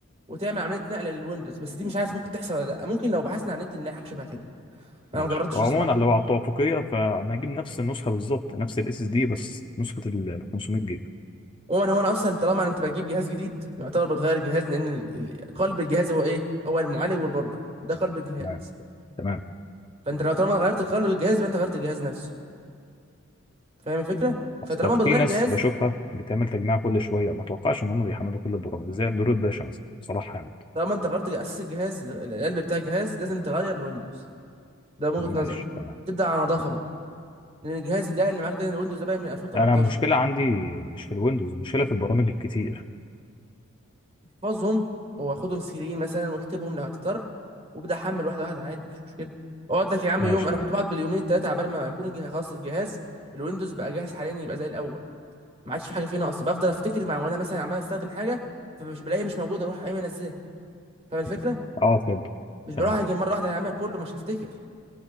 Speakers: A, on the right; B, on the left.
A: وتعمل عمليه نقل للويندوز بس دي مش عارف ممكن تحصل ولا لا ممكن لو بحثنا على النت نلاقي حاجه شبه كده انا
B: ماشي
A: ما جربتش
B: وعموما
A: الصراحه
B: لو على التوافقيه فانا هجيب نفس النسخه بالظبط نفس الاس اس دي بس نسخه ال 500 جيجا
A: عموما هو انا اصلا طالما انت بتجيب جهاز جديد يعتبر بتغير الجهاز لان ال- ال- قلب الجهاز هو ايه هو المعالج والبوردة ده قلب الجهاز
B: تمام تمام
A: فانت لو طالما غيرت قلب الجهاز يبقى انت غيرت الجهاز نفسه فاهم الفكره فطالما
B: اصلا
A: بتغير
B: في ناس
A: الجهاز
B: بشوفها بتعمل تجميع كل شويه ما اتوقعش ان هم بيحملوا كل البرامج زي اندرويد باشا مثلا صلاح حامد
A: طالما انت غيرت اساس الجهاز ال- القلب بتاع الجهاز لازم تغير الويندوز ده من وجهة
B: ماشي
A: نظري
B: تمام
A: تبدا على نظافه بقى لان الجهاز ده اللي معاك ده الويندوز ده بقى من 2018
B: انا المشكله عندي مش في الويندوز المشكله في البرامج الكتير
A: احفظهم واخدهم سيرين مثلا واكتبهم لو هتضطر وابدا احمل واحده واحده عادي مفيش مشكله اقعد لك يا عم
B: ماشي
A: يوم
B: تمام
A: انا كنت بقعد باليومين التلاته عبال ما يكون الجهاز خلاص الجهاز الويندوز بقى جاهز حاليا يبقى زي الاول ما عادش في حاجه فيه ناقصه بفضل افتكر مع وانا مثلا عمال استخدم حاجه فمش بلاقيها مش موجوده اروح قايم انزلها فاهم الفكره
B: اه فهمت
A: مش بروح
B: تمام
A: اجي مره واحده هعمل كله مش هفتكر